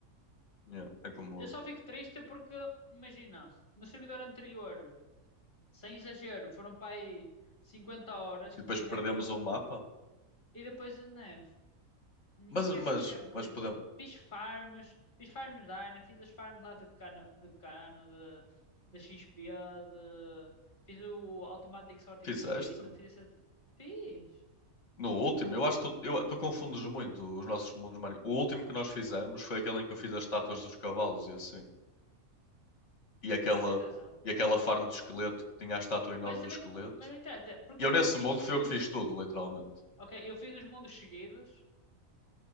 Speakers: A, on the left; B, on the left.
A: Yeah, é como.
B: Eu só fico triste porque, imagina, no servidor anterior, sem exagero, foram para aí 50 horas
A: E
B: que
A: depois
B: meti
A: perdemos
B: naquilo
A: o mapa.
B: e depois, né, ninguém
A: Mas,
B: quer saber
A: mas,
B: do que
A: mas
B: eu...
A: podemos.
B: Fiz farms, fiz farms da Ana, fiz as farms lá de cano, de cano, de, de XP, de... Fiz o Automatic Sorting
A: Fizeste?
B: System, fiz essa... Fiz.
A: No último, eu acho que tu, eu- tu confundes muito os nossos mundos. Minecraft O último que nós fizemos foi aquele em que eu fiz as estátuas dos cavalos e assim. E aquela,
B: Ah, tens razão.
A: e aquela farm do esqueleto que tinha a estátua enorme
B: Mas também,
A: do esqueleto.
B: mas não interessa. Porquê?
A: E eu
B: Porque
A: nesse
B: eu fiz
A: mundo fui eu
B: tudo.
A: que fiz
B: se-
A: tudo, literalmente.
B: Ok, eu fiz os mundos seguidos.